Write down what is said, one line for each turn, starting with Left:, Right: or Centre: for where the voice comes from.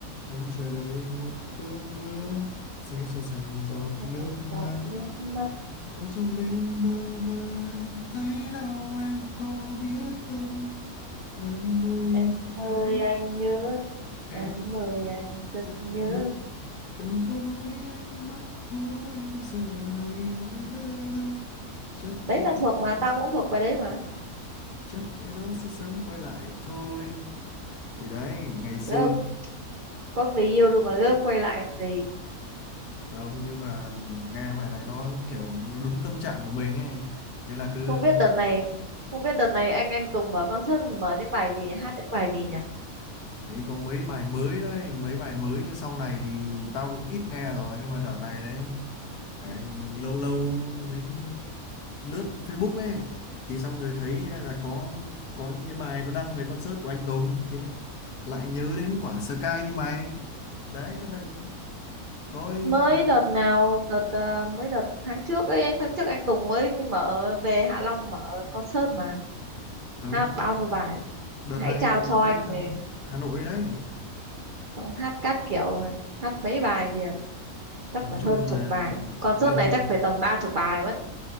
Left: Anh chờ đợi một cơn mưa sẽ xóa sạch giọt
Right: sẽ cho
Left: nước
Right: sạch
Left: mắt.
Right: giọt nước mắt
Left: Ngồi trong đêm bơ vơ anh thấy đau em có biết không? Em ơi
Right: em
Left: anh
Right: ơi
Left: nhớ
Right: anh nhớ
Left: em
Right: em ơi anh rất
Left: rất
Right: nhớ
Left: nhớ từng câu nói ánh mắt của em giờ này ở nơi đâu chắc
Right: đấy
Left: ai
Right: ta thuộc mà
Left: đó,
Right: tao cũng thuộc bài đấy mà
Left: chắc ai đó sẽ sớm quay lại thôi thì đấy ngày xưa
Right: gơm có người yêu rồi mà gơm quay lại làm gì
Left: không nhưng mà nghe bài này nó kiểu nó đúng tâm trạng của mình ấy thế là cứ
Right: không biết đợt này không biết đợt này anh anh Tùng mở concert mở những bài gì nhỉ hát những bài gì nhỉ
Left: thấy có mấy bài mới đấy mấy bài mới sau này thì tao cũng ít nghe rồi nhưng mà đợt này đấy Đấy, lâu lâu mình lướt Facebook ấy thì xong rồi thấy là có có những cái bài nó đăng về concert của anh Tùng thì là lại nhớ đến quả Sky như mày đấy thế là thôi
Right: mới
Left: ờ,
Right: đợt nào đợt ờ, mới đợt tháng trước ấy tháng trước anh Tùng mới mở về Hạ Long mở concert mà
Left: ờ,
Right: hát
Left: đợt,
Right: bao nhiêu bài
Left: đợt
Right: hãy
Left: này
Right: trao cho
Left: lên
Right: anh
Left: Hà
Right: này
Left: Hà Nội đấy
Right: xong hát các kiểu này. hát mấy bài liền chắc
Left: nói
Right: phải
Left: chung
Right: hơn chục
Left: là
Right: bài concert
Left: lên
Right: này chắc phải tầm ba chục bài mất